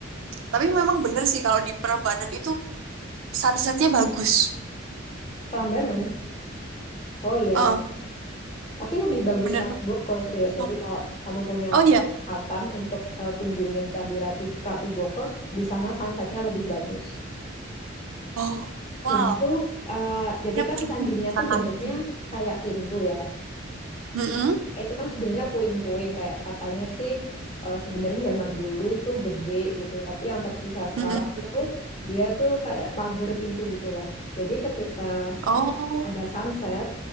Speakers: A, on the right (about 85°); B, on the left (about 30°).
A: Tapi memang bener sih kalau di Prambanan itu sunsetnya bagus.
B: Prambanan, oh iya,
A: Heeh,
B: tapi lebih bagus
A: bener.
B: Ratu Boko serius.
A: Oh,
B: Jadi kalau kamu punya
A: oh iya.
B: kesempatan untuk eh, kunjungin Candi Ratu, Ratu Boko, di sana sunsetnya lebih bagus.
A: Oh, wow.
B: Dan itu, eh, jadi
A: Ya
B: kan
A: perlu
B: candinya
A: ke sana
B: tuh bentuknya
A: lagi.
B: kayak pintu ya.
A: Mm-mm,
B: Itu kan sebenarnya puing-puing kayak katanya sih eh, sebenarnya zaman dulu itu gede gitu. Tapi yang tersisa sekarang
A: mm-mm.
B: tuh dia tuh kayak pagar pintu gitulah. Jadi ketika
A: Oh,
B: ada sunset